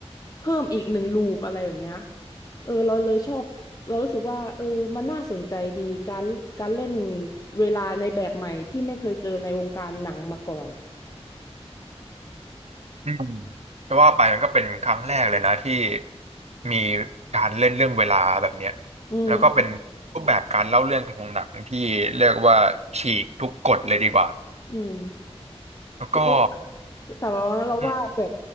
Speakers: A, on the left; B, on the right.
A: เพิ่มอีกหนึ่งลูปอะไรแบบเนี้ยเออเราเลยชอบเรารู้สึกว่าเออมันน่าสนใจดีการการเล่นเวลาในแบบใหม่ที่ไม่เคยเจอในวงการหนังมาก่อน
B: อืมจะว่าไปมันก็เป็นครั้งแรกเลยนะที่มีการเล่นเรื่องเวลาแบบเนี้ย
A: อืม
B: แล้วก็เป็นรูปแบบการเล่าเรื่องของหนังที่เรียกว่าฉีกทุกกฎเลยดีกว่า
A: อืม
B: แล้วก็
A: แล้ว สำหรับเรานะเราว่าแบบ
B: อืม